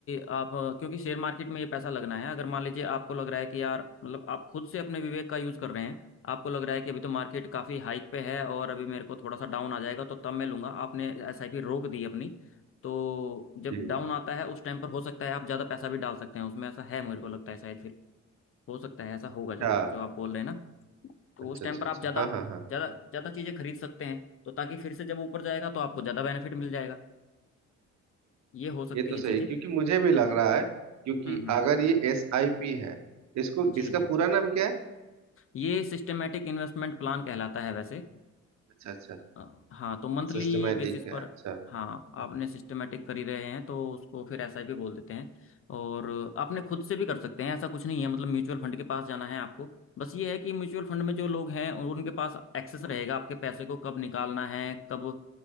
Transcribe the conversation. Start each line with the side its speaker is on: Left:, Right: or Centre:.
Left: आप क्योंकि शेयर मार्केट में ये पैसा लगना है अगर मान लीजिए आपको लग रहा है कि यार मतलब आप खुद से अपने विवेक का यूज़ कर रहे हैं आपको लग रहा है कि अभी तो मार्केट काफ़ी हाइक पे है और अभी मेरे को थोड़ा सा डाउन आ जाएगा तो तब मैं लूंगा आपने एसआईपी रोक दी अपनी तो जब
Right: जी
Left: डाउन आता है उस टाइम पर हो सकता है आप ज़्यादा पैसा भी डाल सकते हैं उसमें ऐसा है मेरे को लगता है शायद फिर हो सकता है ऐसा होगा जरूर
Right: हाँ
Left: जो आप बोल रहे हैं ना तो
Right: अच्छा
Left: उस टाइम
Right: अच्छा
Left: पर
Right: अच्छा
Left: आप ज़्यादा
Right: हाँ हाँ हाँ
Left: ज़्यादा ज़्यादा चीज़ें खरीद सकते हैं तो ताकि फिर से जब ऊपर जाएगा तो आपको ज़्यादा बेनिफिट मिल जाएगा ये हो सकती
Right: ये तो
Left: है
Right: सही
Left: चीज़ें
Right: है, क्योंकि मुझे भी लग रहा है क्योंकि
Left: हम्म हम्म
Right: अगर ये एस आई पी है इसको
Left: जी
Right: इसका
Left: जी
Right: पूरा नाम क्या है
Left: ये सिस्टमेटिक इन्वेस्टमेंट प्लान कहलाता है वैसे
Right: अच्छा अच्छा
Left: अ, हाँ तो मंथली
Right: सिस्टमेटिक
Left: बेसिस
Right: है
Left: पर
Right: अच्छा
Left: हाँ आपने सिस्टमेटिक कर ही रहे हैं तो उसको फिर एसआईपी बोल देते हैं और आपने खुद से भी कर सकते हैं ऐसा कुछ नहीं है मतलब म्यूचुअल फंड के पास जाना है आपको बस ये है कि म्यूचुअल फंड में जो लोग हैं उनके पास एक्सेस रहेगा आपके पैसे को कब निकालना है कब